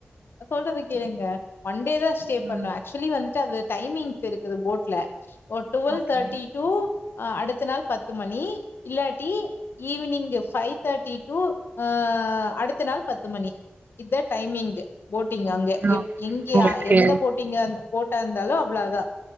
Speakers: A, on the left (about 85°); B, on the right (about 50°).
A: சொல்றது கேளுங்க ஒன் டே தா ஸ்டே
B: ம்
A: பண்ணு ஆக்சுவலி வந்துட்டு அது டைமிங்ஸ் இருக்குது போட் ல ஓ டுவெல்
B: ஓகே
A: தேர்டி டு அடுத்த நாள் பத்து மணி இல்லாட்டி ஈவினிங்கு ஃபைவ் தேர்டி டு ஆ அடுத்த நாள் பத்து மணி இதா டைமிங்கு போட்டிங்
B: ஓகே
A: அங்க எ எங்க
B: ஓகே
A: எந்த போட்டிங்க போட்டா இருந்தாலு அவ்வளோ தா